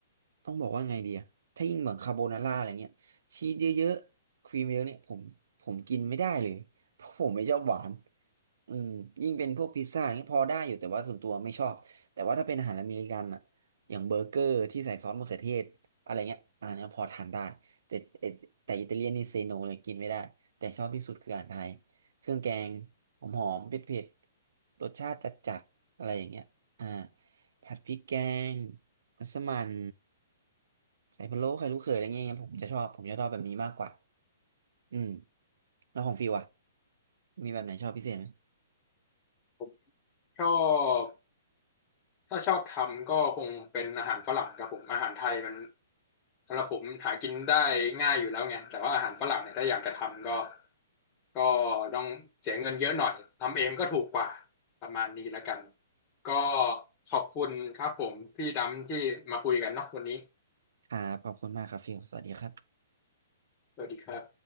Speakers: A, on the right (about 75°); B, on the left (about 25°).
A: ต้องบอกว่าไงดีอะถ้ายิ่งเหมือนคาโบนาร่าอะไรเงี้ยชีสเยอะๆครีมเยอะเนี่ยผมผมกินไม่ได้เลย <laughs> เพราะผมไม่ชอบหวานอืมยิ่งเป็นพวกพิซซ่าอย่างเงี้ยพอได้อยู่แต่ว่าส่วนตัวไม่ชอบแต่ว่าถ้าเป็นอาหารอเมริกันอะอย่างเบอร์เกอร์ที่ใส่ซอสมะเขือเทศอะไรเงี้ยอันเนี้ยพอทานได้ แต่อ่แต่อิตาเลียนนี่เซโนเลยกินไม่ได้แต่ชอบที่สุดคืออาหารไทยเครื่องแกงหอมหอมเผ็ดเผ็ดๆรสชาติจัดจัดอะไรอย่างเงี้ยอ่าผัดพริกแกงมัสมั่นไข่พะโล้ไข่ลูกเขยอะไรเงี้ยผมจะชอบผมจะชอบแบบนี้มากกว่าอืมแล้วของฟิวอะมีแบบไหนชอบพิเศษไหม
B: ผมชอบ ถ้าชอบทำก็คงเป็นอาหารฝรั่งครับผมอาหารไทยมันสำหรับผมหากินได้ง่ายอยู่แล้วไงแต่ว่าอาหารฝรั่งเนี่ยถ้าอยากจะทำก็ก็ต้องเสียเงินเยอะหน่อยทำเองก็ถูกกว่าประมาณนี้แล้วกันก็ขอบคุณครับผมพี่ดำที่มาคุยกันเนาะวันนี้
A: ครับขอบคุณมากครับฟิวสวัสดีครับ
B: สวัสดีครับ